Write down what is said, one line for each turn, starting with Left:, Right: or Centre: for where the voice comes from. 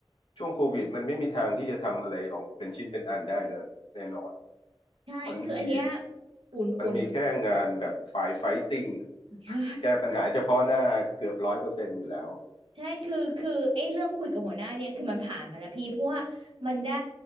Left: ช่วงโควิดมันไม่มีทางที่จะทำอะไรออกเป็นชิ้นเป็นอันได้เลยแน่นอน
Right: ใช่คืออันเนี้ย
Left: มันมี
Right: อุ่นอุ่น
Left: มันมีแค่งานแบบฝ่ายไฟติ้ง
Right: ใช่
Left: แก้ปัญหาเฉพาะหน้าเกือบร้อยเปอร์เซ็นต์อยู่แล้ว
Right: ใช่คือคือไอ้เรื่องคุยกับหัวหน้าเนี่ยคือมันผ่านมาแล้วพี่เพราะว่ามันได้